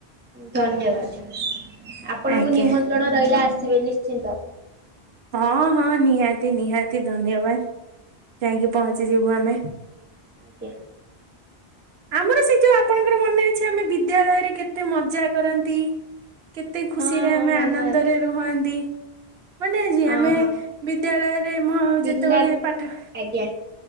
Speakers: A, on the right; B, on the right.
A: ଧନ୍ୟବାଦ, ଆପଣଙ୍କୁ
B: ଆଜ୍ଞା
A: ନିମନ୍ତ୍ରଣ ରହିଲା ଆସିବେ ନିଶ୍ଚିନ୍ତ।
B: ହଁ ହଁ ନିହାତି ନିହାତି ଧନ୍ୟବାଦ ଯାଇଁକି ପହଞ୍ଚିଯିବୁ ଆମେ।
A: ଆଜ୍ଞା।
B: ଆମର ସେ ଯୋଉ ଆପଣଙ୍କର ମନେ ଅଛି, ଆମେ ବିଦ୍ୟାଳୟରେ କେତେ ମଜା କରନ୍ତି। କେତେ ଖୁସିରେ
A: ହଁ ହଁ
B: ଆମେ
A: ମନେ
B: ଆନନ୍ଦରେ
A: ଅଛି
B: ରୁହନ୍ତି। ମାନେ ଆଜି
A: ହଁ
B: ଆମେ
A: ହଁ
B: ବିଦ୍ୟାଳୟରେ ମୁଁ
A: ପିଲାଦିନ
B: ଯେତେବେଳେ ପାଠ
A: ଆଜ୍ଞା।